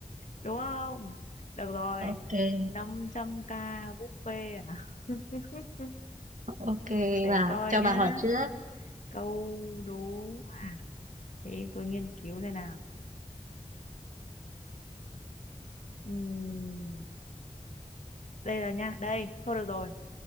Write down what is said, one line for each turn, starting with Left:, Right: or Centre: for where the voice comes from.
Left: đúng không được rồi
Right: ok
Left: 500k buffet à <laughs>
Right: ok
Left: để
Right: bà
Left: coi
Right: cho
Left: nhá
Right: bà hỏi trước
Left: câu đố à để tôi nghiên cứu thế nào Ừm, đây là nha đây thôi được rồi